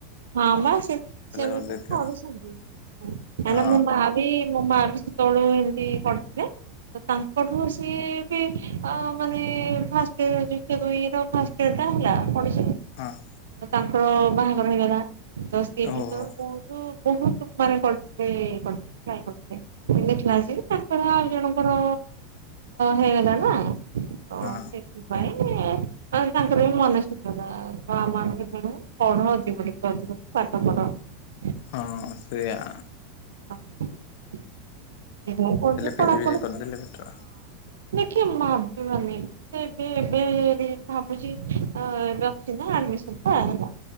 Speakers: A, on the right; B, on the left.
A: ହଁ ବା ସେ ସେମିତି
B: କରିଦେଇଥିବ
A: କରୁଛନ୍ତି । ହେଲେ
B: ହଁ
A: ମୋ ମା ବି ମୋ ମା ବି ସେ ତେ ବେଳେ। ବେଳେ ଏମତି ପଢି ଥିଲେ ତ ତାଙ୍କଠୁ ସେ ବି ଆ ମାନେ ମା ଫାଷ୍ଟ ୟ ର ଯୁକ୍ତ ଦୁଇ ଫାଷ୍ଟ ଇଅର୍ ଟା ପଡ଼ି ।
B: ହଁ ।
A: ତାଙ୍କର ବାହାଘର ହେଇଗଲା । ତ ସେ ବି
B: ଓହୋ
A: ସେତେ ବେଳେ ବହୁତ । ବ ବହୁତ ମାନେ ପଢ଼ି ଥିଲେ ଇଏ କରିଥିଲେ ଟ୍ରାଏ କରିଥିଲେ ତାଙ୍କ ଆଉ ଜଣଙ୍କର ହେଇଗଲା ନା । ହ
B: ହଁ
A: ସେଥିପାଇଁ । ଆଉ ତାଙ୍କର ବି ମନ ଶଧ ନା ବା ମାନଙ୍କ କଣ କଣ ଅଛି ବୋଲି <unintelligible> ଅଧିକ ପାଠ ପଢ଼ ।
B: ହଁ ସେଆ।
A: <inaudible> ହଁ
B: ପିଜି ଫିଜି କରିଦେଲେ ବେଟର।
A: ଦେଖି ମା <unintelligible> ଏବେ ଏବେ ଭାବୁଛି ଅଁ ଏବେ ଅଛି ନା ଆଡମିସନଟା ହେଲା